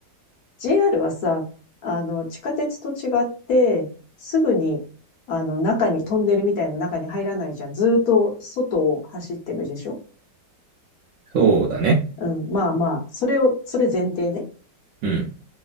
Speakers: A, on the left; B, on the right.
A: JR はさ、あの、地下鉄と違って、すぐに、あの、中に、トンネルみたいな中に入らないじゃん。ずーっと外を走ってるでしょ
B: そうだね。
A: うん、まあまあ、それを、それ前提ね。
B: うん、